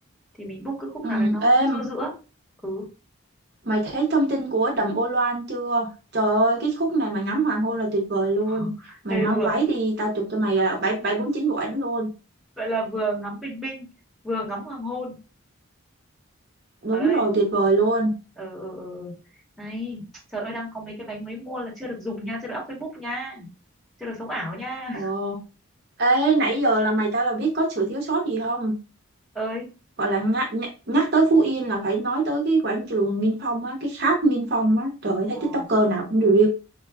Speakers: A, in the centre; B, on the right (about 50°).
A: thì mình book cái khúc
B: ừ,
A: nào đấy nó
B: em
A: giữa giữa ừ
B: mày thấy thông tin của đầm ô loan chưa trời ơi cái khúc này mày ngắm hoàng hôn là tuyệt vời luôn
A: <laughs>
B: mày
A: Ê,
B: mang
A: vừa
B: váy đi tao chụp cho mày là bảy bảy bốn chín bộ ảnh luôn
A: vậy là vừa ngắm bình minh vừa ngắm hoàng hôn
B: đúng
A: ở đây
B: rồi tuyệt vời luôn
A: ờ ờ ờ ờ. này trời ơi đang có mấy cái váy mới mua là chưa được dùng nha chưa được up Facebook nha chưa được sống ảo nha
B: ồ ê nãy giờ là mày tao là biết có sự thiếu sót gì không
A: <laughs> ơi
B: gọi là nhắc, nhắc, tới Phú Yên là phải nói tới cái quảng trường Nghinh Phong á cái tháp Nghinh Phong á trời ơi,
A: ờ
B: thấy TikToker nào cũng review